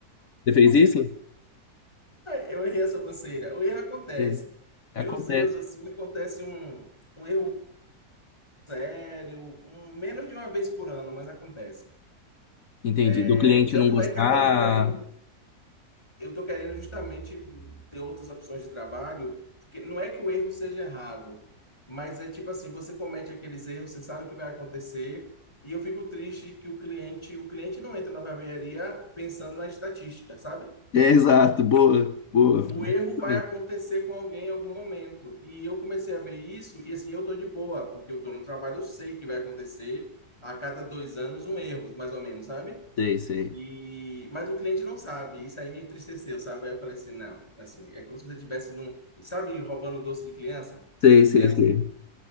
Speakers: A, on the left; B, on the left.
A: Você fez isso?
B: Eu errei a sobrancelha. O erro acontece.
A: Sim.
B: Meus
A: Acontece.
B: erros, assim, acontece um, um erro sério, um, menos de uma vez por ano, mas acontece.
A: Entendi.
B: É,
A: Do cliente
B: tanto
A: não gostar.
B: é que agora eu tô querendo, eu tô querendo justamente ter outras opções de trabalho, porque não é que o erro seja errado, mas é tipo assim, você comete aqueles erros, você sabe o que vai acontecer, e eu fico triste que o cliente, o cliente não entra na barbearia pensando na estatística, sabe?
A: É, exato, boa, boa,
B: o
A: boa
B: erro vai
A: também.
B: acontecer com alguém em algum momento. E eu comecei a ver isso, e assim, eu tô de boa, porque eu tô no trabalho, eu sei que vai acontecer a cada dois anos um erro, mais ou menos, sabe?
A: Sei, sei.
B: E, mas o cliente não sabe, isso aí me entristeceu, sabe? Aí eu falei assim, não, assim, é como se você tivesse num, sabe, roubando doce de criança,
A: Sei,
B: de
A: sei,
B: criança?
A: sei.